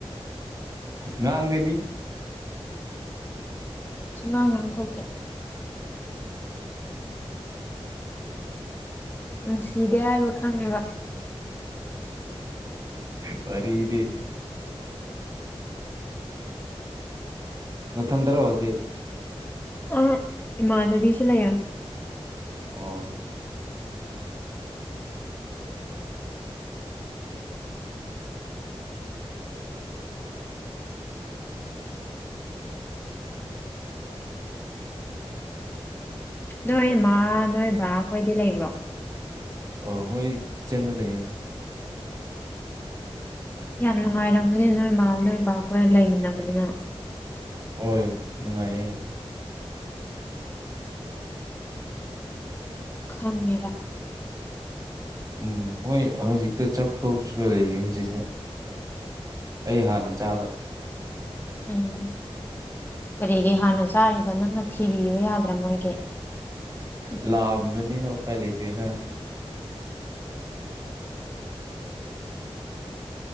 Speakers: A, on the right; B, on the left.
A: ꯉꯥꯡꯒꯅꯤ
B: ꯁꯨꯝ ꯉꯥꯡ ꯉꯥꯡ ꯊꯣꯛꯀꯦ ꯅꯨꯡꯁꯤꯗꯦ ꯍꯥꯏꯕ ꯈꯪꯉꯦꯕ
A: ꯃ ꯏꯗꯤ ꯅꯊꯟꯗ꯭ꯔꯣ ꯍꯧꯖꯤꯦ
B: ꯑꯥ ꯏꯃꯥ ꯅꯕꯤ ꯆꯂꯌꯥ
A: ꯑ
B: ꯅꯣꯏ ꯏꯃꯥ ꯅꯣꯏ ꯕꯥ ꯈꯣꯏꯗꯤ ꯂꯩꯕ꯭ꯔꯣ
A: ꯑꯣ ꯃꯣꯏꯣꯏ ꯀꯤꯆꯦꯟꯗ ꯂꯩ
B: ꯑ ꯌꯥꯝ ꯅꯨꯡꯉꯥꯏꯔꯝꯒ ꯅꯣꯏ ꯏꯃ ꯅꯣꯏ ꯏꯕꯈꯣꯏ ꯂꯩꯃꯤꯟꯅꯕꯅꯤꯅ
A: ꯍꯣꯏ ꯅꯨꯡꯉꯥꯏꯌꯦ
B: ꯈꯅꯤꯕ
A: ꯎ ꯃꯣꯏ ꯍꯧꯖꯤꯛꯛꯇ ꯆꯥꯛ ꯇ ꯂꯩꯁꯤꯅ ꯑꯩ ꯍꯥꯟꯅ ꯆꯥꯕ
B: ꯎꯝ ꯀꯔꯤꯒꯤ ꯍꯥꯟꯅ ꯆꯥꯔꯤꯕ ꯅꯪꯅ ꯊꯤꯕꯤꯌꯨ ꯌꯥꯗ꯭ꯔꯥ ꯃꯣꯏꯒꯤ
A: ꯂꯑꯝꯕꯅꯤꯅꯣꯄꯥꯏ ꯂꯩꯇ꯭ꯔꯤꯅ <unintelligible>